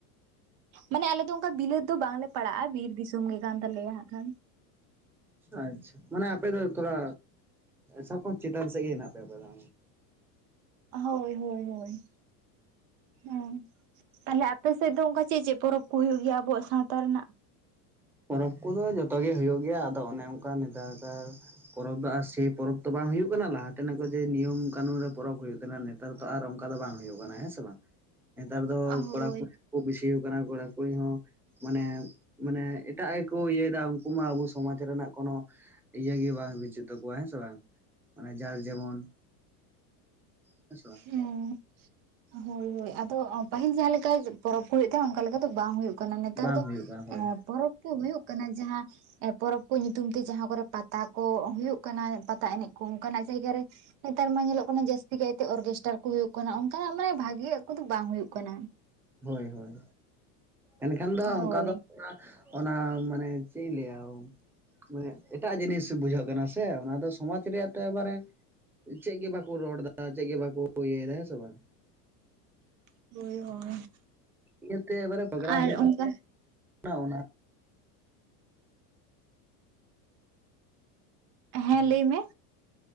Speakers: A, on the right (about 60°); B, in the centre.
A: ᱢᱟᱱᱮ ᱟᱞᱮ ᱫᱚ ᱚᱱᱠᱟ ᱵᱤᱞᱟᱹᱛ ᱫᱚ ᱵᱟᱝᱞᱮ ᱯᱟᱲᱟᱜᱼᱟ ᱵᱤᱨ ᱫᱤᱥᱚᱢ ᱜᱮ ᱠᱟᱱ ᱛᱟᱞᱮᱭᱟ ᱦᱟᱸᱜ ᱠᱷᱟᱱ᱾
B: ᱟᱪᱪᱷᱟ ᱢᱟᱱᱮ ᱟᱯᱮ ᱫᱚ ᱛᱷᱚᱲᱟ ᱥᱟᱵ ᱠᱟᱜᱢᱮ ᱪᱮᱛᱟᱱ ᱥᱮᱜ ᱜᱮ ᱦᱮᱱᱟᱜ ᱯᱮᱭᱟ ᱟᱯᱮ ᱫᱚ᱾
A: ᱦᱳᱭ, ᱦᱳᱭ, ᱦᱳᱭ ᱦᱮᱸ ᱛᱟᱦᱞᱮ ᱟᱯᱮᱥᱮᱫ ᱫᱚ ᱚᱱᱠᱟ ᱪᱮᱜ ᱪᱮᱜ ᱯᱚᱨᱚᱵᱽ ᱠᱚ ᱦᱩᱭᱩᱜ ᱜᱮᱭᱟ ᱟᱵᱚᱣᱟᱜ ᱥᱟᱶᱛᱟ ᱨᱮᱱᱟᱜ?
B: ᱯᱚᱨᱚᱵᱽ ᱠᱚᱫᱚ ᱡᱷᱚᱛᱚ ᱜᱮ ᱦᱳᱭᱳᱜ ᱜᱮᱭᱟ ᱟᱫᱚ ᱚᱱᱮ ᱚᱱᱠᱟ ᱱᱮᱛᱟᱨᱼᱼ ᱯᱚᱨᱚᱵᱽ ᱫᱚ ᱟᱨ ᱥᱮᱭ ᱯᱚᱨᱚᱵᱽ ᱛᱚ ᱵᱟᱝ ᱦᱩᱭᱩᱜ ᱠᱟᱱᱟ ᱞᱟᱦᱟᱛᱮᱱᱟᱜ ᱠᱚᱡᱮ ᱱᱤᱭᱚᱢ ᱠᱟᱹᱱᱩᱱ ᱨᱮ ᱯᱚᱨᱚᱵᱽ ᱦᱩᱭᱩᱜ ᱛᱟᱦᱮᱱᱟᱼᱼ ᱱᱮᱛᱟᱨ ᱫᱚ ᱟᱨ ᱚᱱᱠᱟ ᱫᱚ ᱵᱟᱝ ᱦᱩᱭᱩᱜ ᱠᱟᱱᱟ ᱦᱮᱸ ᱥᱮ ᱵᱟᱝ? ᱱᱮᱛᱟᱨ ᱫᱚ
A: ᱦᱳᱭ
B: ᱠᱚᱲᱟ ᱠᱩᱲᱤ ᱠᱩ ᱵᱤᱥᱤᱭᱩ ᱠᱟᱱᱟ ᱠᱚᱲᱟ ᱠᱩᱲᱤ ᱦᱚᱸ ᱢᱟᱱᱮ ᱢᱟᱱᱮᱼᱼ ᱮᱴᱟᱜ ᱜᱮᱠᱚ ᱤᱭᱟᱹᱭᱫᱟ ᱩᱱᱠᱩ ᱢᱟ ᱟᱵᱚ ᱥᱚᱢᱟᱡᱽ ᱨᱮᱱᱟᱜ ᱠᱳᱱᱳᱼᱼ ᱤᱭᱟᱹ ᱜᱤ ᱵᱟᱝ ᱵᱤᱪᱤᱛ ᱛᱟᱠᱚᱣᱟ ᱦᱮᱸ ᱥᱮ ᱵᱟᱝ? ᱡᱟᱨ ᱡᱮᱢᱚᱱ ᱦᱮᱸᱥᱮ ᱵᱟᱝ?
A: ᱦᱩᱸ ᱦᱳᱭ ᱦᱳᱭ ᱟᱫᱚ ᱯᱟᱹᱦᱤᱞ ᱡᱟᱦᱟᱸ ᱞᱮᱠᱟ ᱯᱚᱨᱚᱵᱽ ᱠᱚ ᱦᱳᱭᱳᱜ ᱛᱟᱦᱮᱸᱫ ᱚᱱᱠᱟ ᱞᱮᱠᱟ ᱫᱚ ᱵᱟᱝ ᱦᱳᱭᱳᱜᱼᱼ ᱠᱟᱱᱟ ᱱᱮᱛᱟᱨ
B: ᱵᱟᱝ
A: ᱫᱚ
B: ᱦᱩᱭᱩᱜ ᱠᱟᱱᱟ ᱦᱳᱭ
A: ᱮ ᱯᱚᱨᱚᱵᱽ ᱠᱮ ᱦᱩᱭᱩᱜ ᱠᱟᱱᱟ ᱡᱟᱦᱟᱸᱼᱼ ᱯᱚᱨᱚᱵᱽ ᱠᱚ ᱧᱩᱛᱩᱢ ᱛᱮ ᱡᱟᱦᱟᱸ ᱠᱚᱨᱮ ᱯᱟᱛᱟ ᱠᱚ ᱦᱩᱭᱩᱜ ᱠᱟᱱᱟ ᱯᱟᱛᱟ ᱮᱱᱮᱡ ᱠᱚ ᱚᱱᱠᱟᱱᱟᱜ ᱡᱟᱭᱜᱟ ᱨᱮᱼᱼ ᱱᱮᱛᱟᱨ ᱢᱟ ᱧᱮᱞᱚᱜ ᱠᱟᱱᱟ ᱡᱟᱹᱥᱛᱤ ᱠᱟᱭᱛᱮ ᱚᱨᱜᱮᱥᱴᱟᱨ ᱠᱚ ᱦᱩᱭᱩᱜ ᱠᱟᱱᱟ ᱚᱱᱠᱟᱱᱟᱜ ᱢᱟᱱᱮ ᱵᱷᱟᱜᱤᱭᱟᱜ ᱠᱚᱫᱚ ᱵᱟᱝ ᱦᱩᱭᱩᱜ ᱠᱟᱱᱟ
B: ᱦᱳᱭ ᱦᱳᱭ ᱮᱱᱠᱷᱟᱱ ᱫᱚ
A: ᱦᱳᱭ
B: ᱚᱱᱠᱟ ᱫᱚᱼᱼ ᱚᱱᱟ ᱢᱟᱱᱮ ᱪᱮᱜ ᱤᱧ ᱞᱟᱹᱭᱟ? ᱢᱟᱱᱮ ᱮᱴᱟᱜ ᱡᱤᱱᱤᱥ ᱵᱩᱡᱷᱟᱹᱣᱜ ᱠᱟᱱᱟ ᱥᱮ ᱚᱱᱟ ᱫᱚ ᱥᱚᱢᱟᱡᱽ ᱨᱮᱭᱟᱜ ᱛᱚ ᱮᱠᱵᱟᱨᱮᱼᱼ ᱪᱮᱜ ᱜᱤ ᱵᱟᱠᱚ ᱨᱚᱲ ᱫᱟ ᱪᱮᱜ ᱜᱮ ᱵᱟᱠᱚ ᱤᱭᱟᱹᱭᱮᱫᱟ ᱦᱮᱸ ᱥᱮ ᱵᱟᱝ?
A: ᱢᱩᱭ ᱦᱳᱭ
B: ᱧᱮᱞᱛᱮ ᱮᱵᱟᱨᱮ ᱯᱨᱳᱜᱨᱟᱢ
A: ᱟᱨ
B: ᱦᱩᱭᱩᱜ
A: ᱚᱱᱠᱟ
B: ᱠᱟᱱᱟ ᱚᱱᱟᱼᱼ
A: ᱦᱮᱸ
B: ᱦᱮᱞᱳ
A: ᱞᱟᱹᱭ ᱢᱮ?